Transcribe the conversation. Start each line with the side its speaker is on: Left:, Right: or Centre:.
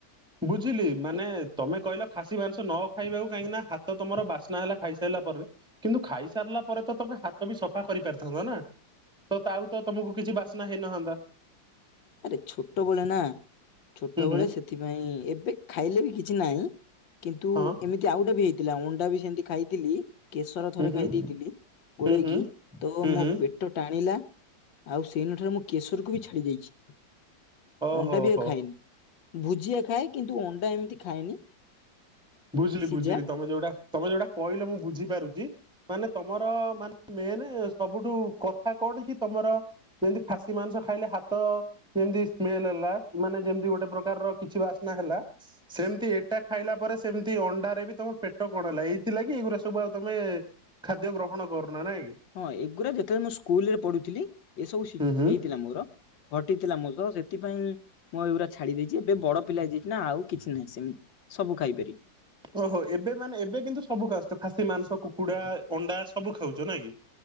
Centre: ବୁଝିଲି ମାନେ
Left: ଏ
Centre: ତମେ କହିଲ ଖାସି ମାଂସ ନ ଖାଇବାକୁ କାହିଁକି ନା ହାତ ତମର ବାସ୍ନା ହେଲା ଖାଇସାରିଲା ପରେ। କିନ୍ତୁ ଖାଇସାରିଲା ପରେ ତମେ ହାତ ବି ସଫା କରିପାରିଥାନ୍ତ ନା। ତ ତାଉ ତ ତମକୁ କିଛି ବାସ୍ନା ହେଇନଥାନ୍ତା।
Left: ଆରେ ଛୋଟବେଳେ ନା ଛୋଟବେଳେ
Centre: ହୁଁ ହୁଁ
Left: ସେଥିପାଇଁ ଏବେ ଖାଇଲେ ବି କିଛି ନାହିଁ। କିନ୍ତୁ
Centre: ହଁ
Left: ଏମିତି ଆଉ ଗଟେ ବି ହେଇଥିଲା ଅଣ୍ଡା ବି ସେମତି ଖାଇଥିଲି କେଶର ଥରେ
Centre: ହୁଁ ହୁଁ
Left: ଖାଇ ଦେଇେଇଥିଲି ଗୋଳେଇକି
Centre: ହୁଁ ହୁଁ ହୁଁ।
Left: ତ ମୋ
Centre: ହୁଁ
Left: ପେଟ ପେଟ ଟାଣିଲା ଆଉ ସେଇ ନ ଠାରେ ମୁଁ କେଶର କକୁ ବି ଛାଡି ଯାଇଛି।
Centre: ଓହୋ
Left: ଅଣ୍ଡା ବି ଆଉ
Centre: ହୋ।
Left: ଖାଏନି ଭୁଜିଆ ଖାଏ କିନ୍ତୁ ଅଣ୍ଡା ଏମିତି ଖାଏନି।
Centre: ବୁଝିଲି
Left: ସିଝା
Centre: ବୁଝିଲି ତମେ ଯୋଉଟା ତମେ ଯୋଉଟା କହିଲ ମୁ ବୁଝିାପାରୁଛି। ମାନେ ତମର ମାନେ ମେନ୍ ସବୁଠୁ କଥା କଣ କି ତମର ଯେମିତି ଖାସି ମାଂସ ଖାଇଲେ ହାତ ଯେମତି ସ୍ମେଲ ହେଲା ମାନେ ଯେମତି ଗୋଟେ ପ୍ରକାରର କିଛି ବାସ୍ନା ହେଲା। ସେମିତି ଏଇଟା ଖାଇଲା ପରେ ସେମିତି ଅଣ୍ଡାରେ ବି ତମର ପେଟ କଣ ହେଲା ଏଇଥିଲାଗି ଏଇଗୁଡା ସବୁ ଆଉ ତମେ ଖାଦ୍ୟ ଗ୍ରହଣ କରୁନାରୁ ନା ନାଇଁ?
Left: ହଁ ଏଗୁରା ଯେତେବେଳେ ମୁଁ ସ୍କୁଲ ରେ ପଢୁଥିଲି ଏ ସବୁ
Centre: ହୁଁ ହୁଁ
Left: ହେଇଥିଲା ମୋର। ଘଟିଥିଲା ମୋ ସହ ସେଥିପାଇଁ ମୁଁ ଏଇଗୁରା ଛାଡି ଦେଇଛି ଏବେ ବଡ ପିଲା ହେଇଯାଇଛି ନା ଆଉ କିଛି ନାହିଁ ସେମିତି। ସବୁ ଖାଇପାରିବି।
Centre: ଓହୋ ଏବେ ମାନେ ଏବେ କିନ୍ତୁ ସବୁ ଖାଉସଛ ଖାସି ମାଂସ କୁକୁଡା ଅଣ୍ଡା ସବୁ ଖାଉଛ ନା କି?